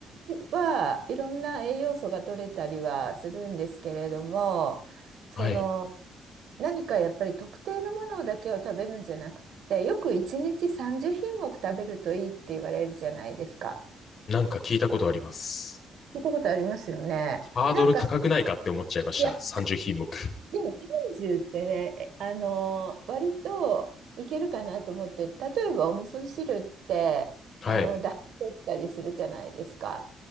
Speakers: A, on the right; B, on the left.
A: はいろんな栄養素が取れたりはするんですけれども、その
B: はい。
A: 何かやっぱり特定のものだけを食べるんじゃなくて、よく1日30品目食べるといいって言われるじゃないですか。
B: なんか聞いたことあります。
A: 聞いたことありますよね。
B: ハードル高くないかって思っちゃいました。
A: なんか、いや、
B: 30品目。
A: でも30ってね、えあの割といけるかなと思って、例えばお味噌汁って、
B: はい。
A: あの、出汁取ったりするじゃないですか。